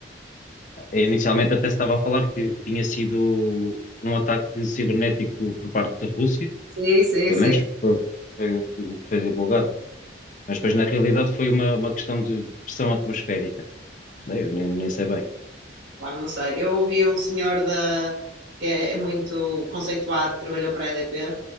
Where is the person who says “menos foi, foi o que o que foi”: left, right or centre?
Left